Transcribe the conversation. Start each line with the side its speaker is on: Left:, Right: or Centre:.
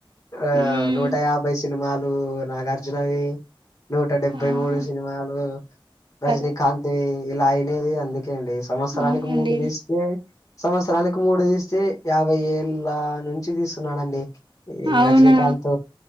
Left: ఆ
Right: మ్మ్
Left: నూట యాభై సినిమాలు నాగార్జునవి నూట డెబ్బై
Right: ఆ
Left: మూడు సినిమాలు రజనీకాంత్
Right: కదా
Left: వి ఇలా అయినది అందుకే అండి సంవత్సరానికి
Right: అవునండి
Left: మూడు తీస్తే సంవత్సరానికి మూడు తీస్తే యాభై ఏళ్ళ నుంచి తీస్తున్నాడండి ఈ
Right: అవునా
Left: రజనీకాంత్